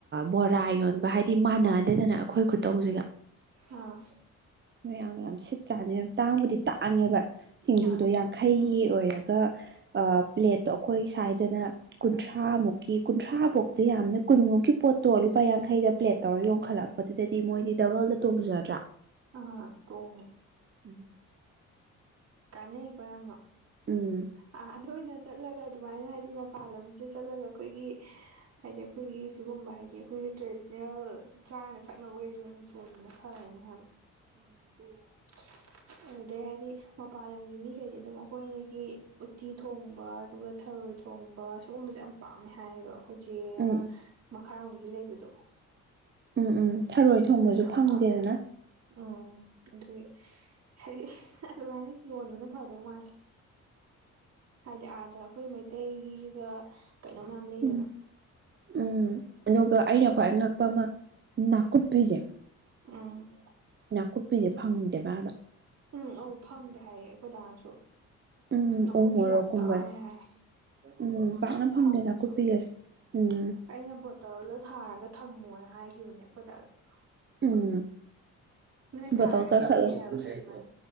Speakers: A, on the right; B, on the right.
A: ꯕꯣꯔꯥ ꯌꯣꯟꯕ ꯍꯥꯏꯗꯤ ꯃꯥꯟꯅꯗꯦꯗꯅ ꯑꯩꯈꯣꯏ ꯈꯨꯠꯇꯧꯁꯤꯒ
B: ꯑꯥ
A: ꯃꯌꯥꯝ ꯃꯌꯥꯝ ꯌꯥꯝ ꯁꯤꯠ ꯆꯥꯅꯤ ꯇꯥꯡꯕꯨꯗꯤ ꯇꯥꯡꯉꯦꯕ ꯁꯤꯡꯖꯨꯗꯣ
B: ꯑꯥ
A: ꯌꯥꯝ ꯍꯩꯒꯤ ꯑꯣꯏꯔꯒ ꯄ꯭ꯂꯦꯠꯇꯣ ꯑꯩꯈꯣꯏ ꯁꯥꯏꯗꯅ ꯀꯨꯟꯊ꯭ꯔꯥꯃꯨꯛꯀꯤ ꯀꯨꯟꯊ꯭ꯔꯥꯐꯧꯗꯤ ꯌꯥꯝꯅ ꯀꯨꯟꯃꯨꯛꯀꯤ ꯄꯣꯠꯇꯣ ꯂꯨꯄꯥ ꯌꯥꯡꯈꯩꯗ ꯄ꯭ꯂꯦꯠ ꯇꯧꯔ ꯌꯣꯟꯈꯠꯂꯛꯄꯗꯨꯗꯗꯤ ꯃꯣꯏꯗꯤ ꯗꯕꯜꯗ ꯇꯣꯡꯖꯗ꯭ꯔꯥ
B: ꯑꯥ ꯇꯣꯡꯉꯦ
A: ꯎꯝ <unintelligible>
B: ꯀꯥꯟꯅꯩꯒꯣ ꯌꯥꯝꯅ
A: ꯎꯝ
B: ꯑ ꯑꯗꯨ ꯑꯣꯏꯅ ꯆꯠꯂꯒ ꯑꯗꯨꯃꯥꯏꯅ ꯍꯥꯏꯗꯤ ꯃꯄꯥꯟ ꯂꯝꯁꯤꯗ ꯆꯠꯂꯒ ꯑꯩꯈꯣꯏꯒꯤ ꯍꯥꯏꯗꯤ ꯑꯩꯈꯣꯏꯒꯤ ꯁꯤꯒꯨꯝꯕ ꯍꯥꯏꯗꯤ ꯑꯩꯈꯣꯏꯒꯤ ꯇ꯭ꯔꯦꯗꯤꯁꯅꯦꯜ ꯆꯥꯅ ꯊꯛꯅꯕꯈꯩꯁꯤ ꯌꯣꯟꯕꯅ ꯐꯔꯅꯤ ꯍꯥꯏꯕ ꯎꯝ ꯑꯗꯨꯗꯩ ꯍꯥꯏꯗꯤ ꯃꯄꯥꯟꯂꯝꯒꯤ ꯃꯤꯈꯩꯗꯤ ꯑꯗꯨꯝ ꯑꯩꯈꯣꯏꯒꯤ ꯎꯠꯇꯤ ꯊꯣꯡꯕ ꯑꯗꯨꯒ ꯊꯔꯣꯏ ꯊꯣꯡꯕ ꯁꯤꯒꯨꯝꯕꯁꯦ ꯌꯥꯝ ꯄꯥꯝꯃꯦ ꯍꯥꯏꯌꯦꯕ ꯑꯩꯈꯣꯏ ꯆꯦ
A: ꯎꯝ
B: ꯑꯃ ꯃꯈꯥꯔꯣꯝꯒꯤ ꯂꯩꯕꯗꯣ
A: ꯎꯝ ꯎꯝ ꯊꯔꯣꯏ
B: ꯑꯗꯨꯅꯁꯨ
A: ꯊꯣꯡꯕꯁꯨ
B: ꯌꯥꯝ
A: ꯐꯪꯗꯦꯗꯅ
B: ꯄꯥꯝꯃꯦ ꯍꯥꯏꯕ ꯎꯝ ꯑꯗꯨꯏ ꯍꯥꯏꯗꯤ ꯑꯗꯨꯃꯥꯏꯅ ꯌꯣꯡꯕꯅ ꯐꯗꯧ ꯃꯥꯜꯂꯦ ꯍꯥꯏꯗꯤ ꯑꯥꯗ ꯑꯩꯈꯣꯏ ꯃꯩꯇꯩꯒꯤꯒ ꯀꯩꯅꯣ ꯃꯌꯥꯝ ꯂꯩꯗꯅ
A: ꯎꯝ ꯎꯝ ꯑꯗꯨꯒ ꯑꯩꯅ
B: ꯑꯗꯨꯗꯣ
A: ꯈ꯭ꯋꯥꯏ ꯉꯛꯄ ꯑꯃ ꯅꯥꯀꯨꯞꯄꯤꯁꯦ
B: ꯎꯝ
A: ꯅꯥꯀꯨꯞꯄꯤꯁꯦ ꯐꯪꯗꯦꯕ ꯑꯗꯥ
B: ꯎꯝ ꯑꯧ ꯐꯪꯗꯦ ꯍꯥꯏꯌꯦ ꯑꯩꯈꯣꯏꯗꯥꯅꯁꯨ
A: ꯎꯝ
B: ꯅꯀꯨꯞꯄꯤ
A: ꯎ ꯃꯣꯔꯣꯛꯀꯨꯝꯕꯁꯦ
B: ꯌꯥꯝ ꯇꯥꯡꯉ ꯍꯥꯏ
A: ꯎꯝ ꯄꯥꯛꯅ ꯐꯪꯗꯦ
B: ꯐꯪꯉꯁꯨ
A: ꯅꯥꯀꯨꯞꯄꯤ ꯀꯁꯦ ꯎꯝ
B: ꯑꯩꯅ ꯕꯣꯇꯜꯗ ꯊꯥꯔꯒ ꯊꯝꯃꯣꯅ ꯍꯥꯏꯈꯤꯕꯅꯦ ꯑꯩꯈꯣꯏ ꯗꯥꯗ
A: ꯎꯝ
B: ꯅꯣꯏ ꯊꯥꯔꯒ
A: ꯕꯣꯇꯜꯗ
B: ꯊꯝꯃꯦ
A: <unintelligible>
B: ꯍꯥꯏꯕꯗꯣ ꯑꯗꯨꯃꯥꯏꯅ